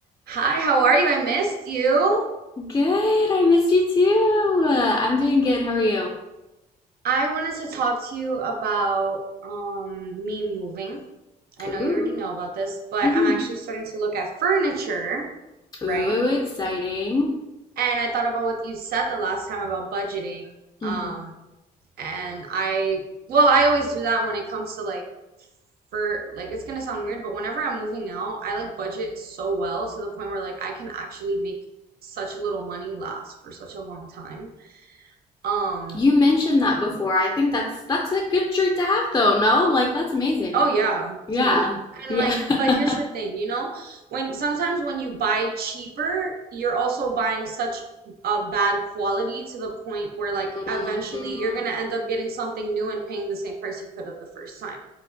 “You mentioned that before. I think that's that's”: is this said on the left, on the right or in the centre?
Left